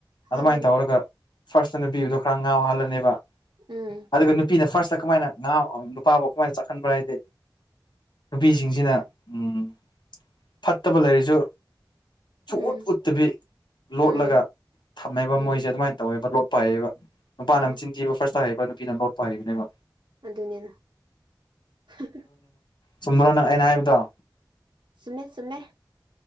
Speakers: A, on the right; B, on the left.
A: ꯍꯪꯉꯤꯅꯦ
B: ꯑꯗꯨꯃꯥꯏꯅ ꯇꯧꯔꯒ ꯐꯥꯔꯁꯇ ꯅꯨꯄꯤꯒꯗꯨ ꯈꯔ ꯉꯥꯎꯍꯜꯂꯅꯦꯕ
A: ꯎꯝ
B: ꯑꯗꯨꯒ ꯅꯨꯄꯤꯅ ꯐꯥꯔꯁꯇ ꯀꯃꯥꯏꯅ ꯉꯥꯎ ꯅꯨꯄꯥꯕꯨ ꯀꯃꯥꯏꯅ ꯆꯥꯛꯍꯟꯕ꯭ꯔꯥ ꯍꯥꯏꯗꯤ ꯅꯨꯄꯤꯁꯤꯡꯁꯤꯅ ꯎꯝ ꯐꯠꯇꯕ ꯂꯩꯔꯁꯨ
A: ꯎꯝ
B: ꯁꯨꯛ ꯎꯠ ꯎꯠꯇꯕꯤ ꯂꯣꯠꯂꯒ
A: ꯎꯝ
B: ꯊꯝꯃꯦꯕ
A: ꯎꯝ
B: ꯃꯣꯏꯁꯦ ꯑꯗꯨꯃꯥꯏꯅ ꯇꯧꯋꯦꯕ ꯂꯣꯠꯄꯍꯩꯌꯦꯕ ꯅꯨꯄꯥꯅ
A: ꯑꯥ
B: ꯑꯃ ꯆꯤꯟꯊꯤꯕ ꯐꯥꯔꯁꯇ ꯇꯌꯦꯕ ꯅꯨꯄꯤꯅ ꯂꯣꯠꯄ ꯍꯩꯕꯅꯦꯕ
A: ꯑꯗꯨꯅꯦꯅ ꯍꯥꯍꯥ
B: ꯆꯨꯝꯕ꯭ꯔꯣꯅ ꯑꯩꯅ ꯍꯥꯏꯕꯗꯣ
A: ꯆꯨꯝꯃꯦ ꯆꯨꯝꯃꯦ